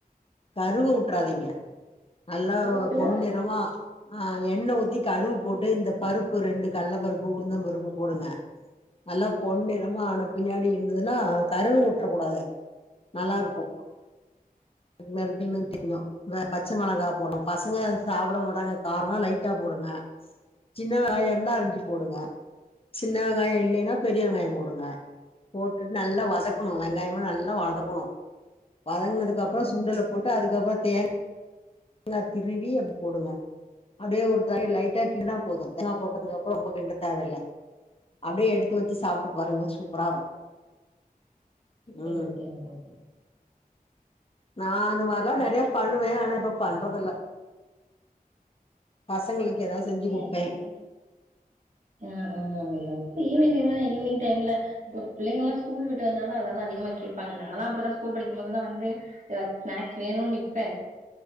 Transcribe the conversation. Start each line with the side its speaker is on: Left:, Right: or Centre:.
Left: கருவ விட்டுறாதிங்க நல்லா
Right: கருவாப்புல
Left: பொண்ணிறமா ஆ எண்ணெ ஊத்தி கடுகு போட்டு இந்த பருப்பு ரெண்டு கல்ல பருப்பு உளுந்தம் பருப்பு போடுங்க நல்லா பொண்ணிறமா ஆன பின்னாடி இருந்துதுன்னா கருவ வுட்றக்கூடாது நல்லாருக்கு நறுக்குன்னு திங்கு பச்ச மிளகா போலா பசங்க சாப்ட மாட்டாங்க காரொன்னா லைட்டா போடுங்க சின்ன வெங்காயோ இருந்தா அரிஞ்சி போடுங்க சின்ன வெங்காயோ இல் இல்லன்னா பெரிய வெங்காயோ போடுங்க போட்டுட்டு நல்லா வதக்கணு வெங்காயோ நல்லா வதக்கணு வதங்குனதுக்கு அப்புறோ
Right: ம்
Left: சுண்டல போட்டு அதுக்கப்புறோ தேங் தேங்கா திருவி அதுல போடுங்க அதே ஒரு லைட்டா கிர்னா போது ன போட்டதுக்கு அப்புறம் ரொம்ப தேங்கா போட்டதுக்கப்றோ ரொம்ப கிண்ட தேவயில்ல அப்டியே எடுத்து வச்சு சாப்ட்டு பாருங்க சூப் ப்பரா
Right: சரி
Left: ம்
Right: ஓகே நா பாக்குறே
Left: நா அந்த மாரிலா நிறைய பண்ணுவே ஆனா இப்ப பண்றதுல்ல பசங்களுக்கு எதாவ்து செஞ்சு கொடுப்பே
Right: ஏ நீங்க ஆ ஆ <unintelligible> ஈவ்னிங் டைம்ல ஈவ்னிங் டைம்ல இப்போ பிள்ளைகல்லா ஸ்கூல் விட்டு வந்தால அதெல்லா அதிகமா கேப்பாங்க நாளா அப்டி தா ஸ்கூல் படிக்கும்போதெல்லா வந்து எதாச்சு ஸ்நாக்ஸ் வேணுன்னு நிப்பே